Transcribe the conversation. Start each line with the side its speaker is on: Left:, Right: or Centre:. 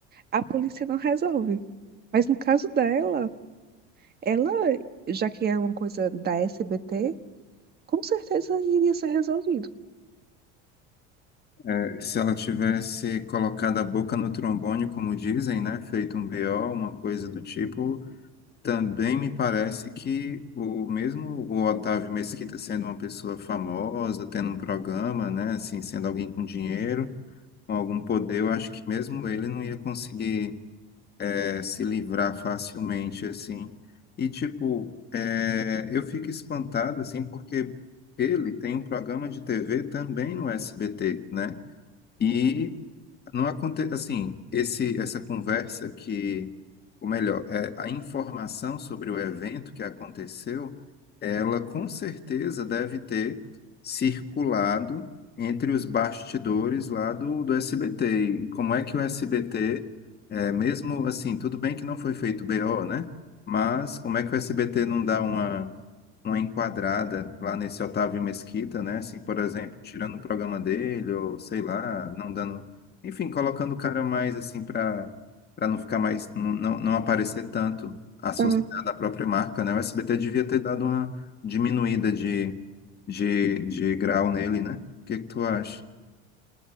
Right: a polícia não resolve. Mas no caso dela, ela, já que é uma coisa da SBT, com certeza iria ser resolvido.
Left: É, Se ela tivesse colocado a boca no trombone, como dizem, né? Feito um BO, uma coisa do tipo, também me parece que o mesmo o Otávio Mesquita sendo uma pessoa famosa, tendo um programa, né? Assim, sendo alguém com dinheiro, com algum poder, eu acho que mesmo ele não ia conseguir é, se livrar facilmente, assim. E, tipo, é, eu fico espantado, assim, porque ele tem um programa de TV também no SBT, né? E não acontece assim, esse essa conversa que, ou melhor, é, a informação sobre o evento que aconteceu, ela com certeza deve ter circulado entre os bastidores lá do, do SBT. E como é que o SBT, é, mesmo assim, tudo bem que não foi feito BO, né? Mas como é que o SBT não dá uma uma enquadrada lá nesse Otávio Mesquita, né? Assim, por exemplo, tirando o programa dele, ou sei lá, não dando. Enfim, colocando o cara mais assim para para não ficar mais. Não, não, não aparecer tanto associado
Right: Tá.
Left: à própria marca, né? O SBT devia ter dado uma diminuída de, de, de grau nele, né? O que que tu acha?